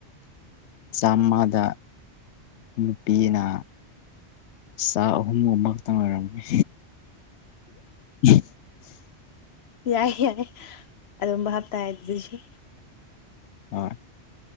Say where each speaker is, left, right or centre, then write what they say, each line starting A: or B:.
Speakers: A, on the left; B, on the left.
A: ꯆꯥꯝꯃꯗ ꯅꯨꯄꯤꯅ ꯆꯥꯛ ꯑꯍꯨꯝꯒꯨꯝꯕ ꯈꯛꯇꯪ ꯑꯣꯏꯔꯝꯒꯅꯤ꯫ <unintelligible>
B: ꯌꯥꯏ ꯌꯥꯏ ꯑꯗꯨꯝꯕ ꯕꯍꯥꯞꯇꯥꯔꯦ ꯑꯗꯨꯏꯁꯨ꯫
A: ꯍꯣꯏ